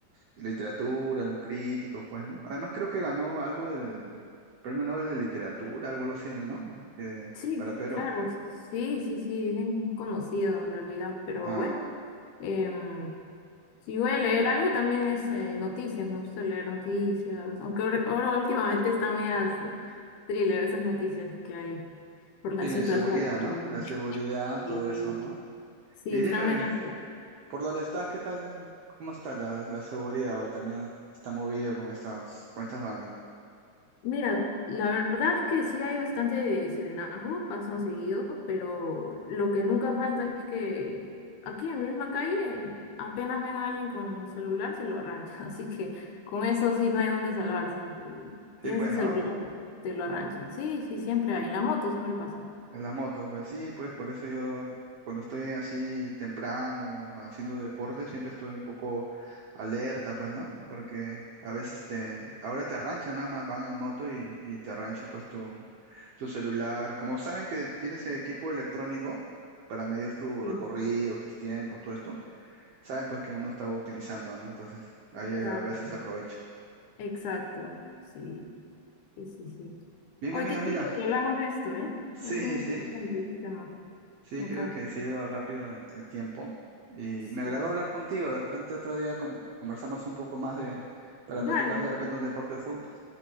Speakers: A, on the right (about 80°); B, on the left (about 85°).
A: Y literatura, los críticos, pues, ¿no? Además creo que ganó algo del Premio Nobel de Literatura, algo algo así, ¿no? Eh,
B: Sí,
A: para Perú.
B: claro, sí, sí, sí, es bien conocido en realidad, pero
A: Ah,
B: bueno, em, si voy a leer algo también es eh, noticias, me gusta leer noticias, aunque ahora, ahora últimamente están medias eh, thriller esas noticias que hay por la
A: sí,
B: situación,
A: la inseguridad,
B: pero
A: ¿no?
B: bueno,
A: La seguridad,
B: y-
A: todo eso, ¿no?
B: sí,
A: Y
B: están
A: dime,
B: medias
A: ¿ves? ¿por dónde estás? ¿Qué tal? ¿Cómo está la, la seguridad? ¿O también está movido con estas, con estas bandas?
B: Mira, la verdad es que sí hay bastante serenazgo, pasan seguido, pero lo que nunca falta es que aquí en la misma calle apenas ven a alguien con celular, se lo arranchan. <laughs> Así que con eso sí no hay dónde salvarse.
A: Sí,
B: Tienes
A: pues,
B: el
A: ¿no?
B: celular, te lo arranchan. Sí, sí, siempre hay. En la moto siempre pasan.
A: En las motos, pues sí, pues por eso yo cuando estoy así temprano haciendo deporte siempre estoy un poco alerta, pues, ¿no? Porque a veces te, ahora te arranchan nada más, van en moto y, y te arranchan pues tu, tu celular. Como saben que tienes equipo electrónico para medir tu
B: Sí,
A: recorrido, tus tiempos, todo esto, saben pues que uno está utilizando, ¿no? Entonces ahí
B: exacto.
A: a veces aprovecho.
B: Exacto. Sí, sí, sí, sí.
A: Bien,
B: Oye,
A: amiga,
B: qué
A: mira.
B: chido que hablamos de esto, ¿eh?
A: <laughs> Sí,
B: Es muy interesante
A: sí.
B: ese tema.
A: Sí,
B: Me encanta.
A: creo que se ha ido rápido el, el tiempo y
B: Sí.
A: me agradó hablar contigo. De repente otro día con- conversamos un poco más de, para
B: Dale.
A: platicar de repente un deporte juntos.